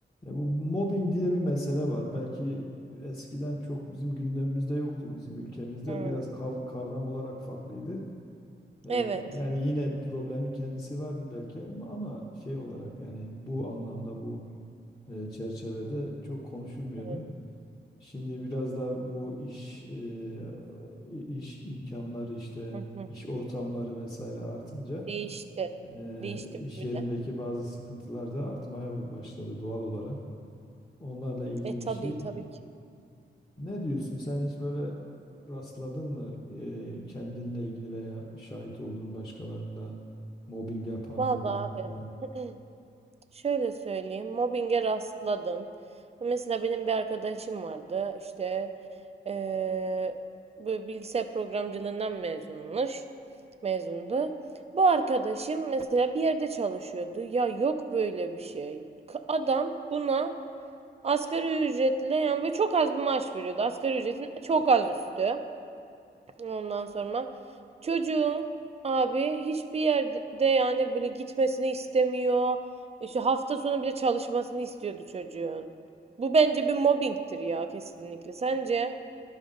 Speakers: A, on the left; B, on the right.
A: Ya bu mobbing diye bir mesele var. Belki eskiden çok bizim gündemimizde yoktu bizim ülkemizde.
B: Hmm,
A: Biraz kav- kavram olarak farklıydı. Ee,
B: Evet.
A: yani yine problemin kendisi vardı belki ama ama şey olarak yani bu anlamda bu e, çerçevede çok konuşulmuyordu.
B: Evet.
A: Şimdi biraz da bu iş e, iş imkanları işte
B: Hı hı.
A: iş ortamları vesaire artınca
B: Değişti.
A: e,
B: Değişti
A: iş
B: bir
A: yerindeki
B: de.
A: bazı sıkıntılar da artmaya başladı doğal olarak. Onlarla ilgili
B: E tabii
A: bir şey
B: tabii ki.
A: Ne diyorsun sen hiç böyle rastladın mı e, kendinle ilgili veya şahit olduğun başkalarında mobbing yapan,
B: Vallahi
A: mobbing yapılan?
B: abi. <clears throat> Şöyle söyleyeyim. Mobbinge rastladım. Mesela benim bir arkadaşım vardı. İşte eee böyle bilgisayar programcılığından mezunmuş. Mezundu. Bu arkadaşım mesela bir yerde çalışıyordu. Ya yok böyle bir şey. Ka- Adam buna asgari ücretle yani ve çok az bir maaş veriyordu. Asgari ücretin çok az üstü. Ondan sonra çocuğum abi hiçbir yerde yani böyle gitmesini istemiyor. İşte hafta sonu bile çalışmasını istiyordu çocuğun. Bu bence bir mobbingtir ya kesinlikle. Sence?